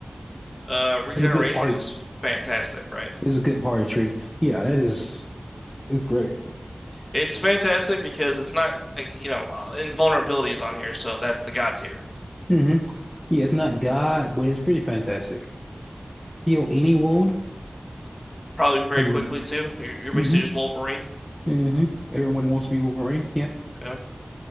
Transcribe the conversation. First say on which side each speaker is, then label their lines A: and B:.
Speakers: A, on the left (about 35°); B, on the left (about 15°).
A: Uh, regeneration
B: It's a good part.
A: is fantastic, right?
B: It's a good party trick. Yeah, that is. It's great.
A: It's fantastic because it's not like you know uh, invulnerability is on here, so that's the god tier.
B: hmm Yeah, it's not God, but it's pretty fantastic. Heal any wound.
A: Probably very
B: I mean,
A: quickly too. You're, you're basically
B: hmm
A: just Wolverine.
B: hmm Everyone wants to be Wolverine. Yeah.
A: Yeah.